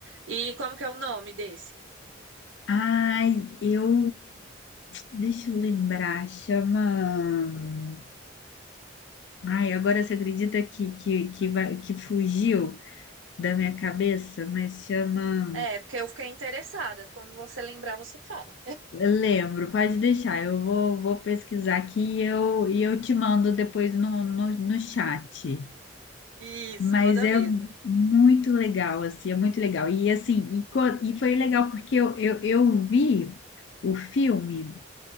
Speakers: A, on the right (about 80°); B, on the left (about 65°).
A: E como que é o nome desse?
B: Ai, eu deixa eu lembrar, chama. Ai, agora você acredita que que, que, vai- que fugiu da minha cabeça, mas chama.
A: É, porque eu fiquei interessada. Quando você lembrar, você fala.
B: Eu lembro, pode deixar, eu vou, vou pesquisar aqui e eu, e eu te mando depois no, no, no chat.
A: Isso,
B: Mas
A: manda
B: é
A: mesmo.
B: muito legal, assim, é muito legal. E assim, e, co- e foi legal porque eu, eu, eu vi o filme